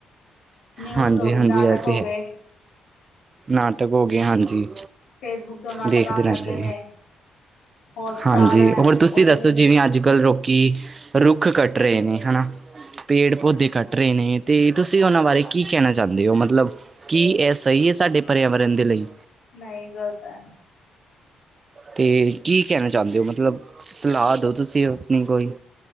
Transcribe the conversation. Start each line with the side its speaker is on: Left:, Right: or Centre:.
Left: ਨਿਊਜ਼
Right: ਹਾਂਜੀ
Left: ਹੋ ਗਏ,
Right: ਹਾਂਜੀ
Left: ਨਾਟਕ
Right: ਇਹ
Left: ਹੋ
Right: ਤੇ
Left: ਗਏ।
Right: ਹੈ ਨਾਟਕ ਹੋ ਗਿਆ ਹਾਂਜੀ।
Left: ਫੇਸਬੁੱਕ ਤੋਂ ਨਾਟਕ
Right: ਦੇਖਦੇ
Left: ਆਣ
Right: ਰਹਿੰਦੇ
Left: ਲੱਗ ਗਏ ਨੇ। ਹੋਰ ਸਟਾਰ
Right: ਹਾਂਜੀ,
Left: ਹੈ
Right: ਹੋਰ ਤੁਸੀਂ
Left: ਉਹਦੇ
Right: ਦੱਸੋ
Left: ਵਿੱਚ
Right: ਜਿਵੇਂ ਅੱਜ-ਕੱਲ੍ਹ ਲੋਕੀ ਰੁੱਖ ਕੱਟ ਰਹੇ ਨੇ ਹਨਾ। ਪੇੜ-ਪੌਦੇ ਕੱਟ ਰਹੇ ਨੇ ਤੇ ਤੁਸੀਂ ਉਹਨਾਂ ਬਾਰੇ ਕੀ ਕਹਿਣਾ ਚਾਹੁੰਦੇ ਹੋ? ਮਤਲਬ ਕੀ ਇਹ ਸਹੀ ਹੈ ਸਾਡੇ ਪਰਿਆਵਰਨ ਦੇ ਲਈ?
Left: ਨਹੀਂ ਗ਼ਲਤ ਹੈ।
Right: ਤੇ ਕੀ ਕਹਿਣਾ ਚਾਹੁੰਦੇ ਹੋ ਮਤਲਬ ਸਲਾਹ ਦੋ ਤੁਸੀਂ ਆਪਣੀ ਕੋਈ।